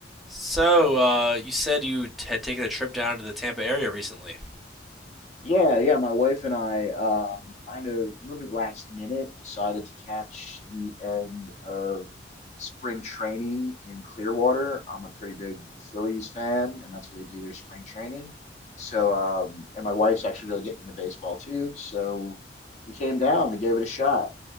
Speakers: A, in the centre; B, on the left (about 40°).
A: So, uh, you said you had taken a trip down to the Tampa area recently.
B: Yeah, yeah, my wife and I um kind of moved it last minute decided to catch the end of spring training in Clearwater. I'm a pretty big Phillies fan, and that's where they do their spring training. So, um, and my wife's actually really getting into baseball too. So we came down, we gave it a shot.